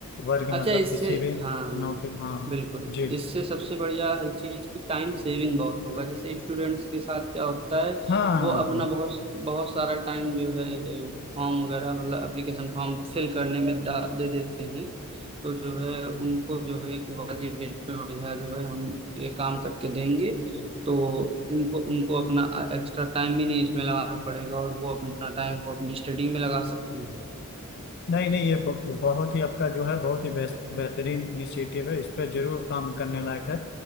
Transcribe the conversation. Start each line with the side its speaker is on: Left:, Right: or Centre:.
Left: वर्ग
Right: अच्छा
Left: मतलब
Right: इससे
Left: किसी भी
Right: हाँ
Left: नौकरी हाँ
Right: बिल्कुल
Left: जी
Right: इससे सबसे बढ़िया है चीज कि टाइम सेविंग बहुत होगा जैसे स्टूडेंट्स के साथ क्या होता है
Left: हाँ हाँ
Right: वो अपना
Left: हाँ
Right: बहुत बहुत सारा टाइम जो है फॉर्म वगैरह मतलब एप्लीकेशन फॉर्म फिल करने में डा- दे देते हैं तो जो है उनको जो है कि वाजिब रेट पे बढ़िया जो है हम ये काम करके देंगे तो उनको उनको अपना एक्स्ट्रा टाइम भी नहीं इसमें लगाना पड़ेगा और वो अपना टाइम वो अपनी स्टडी में लगा सकती हैं
Left: नहीं नहीं ये ब- बहुत ही आपका जो है बहुत ही बेस्ट बेहतरीन इनिशिएटिव है इस पे जरूर काम करने लायक है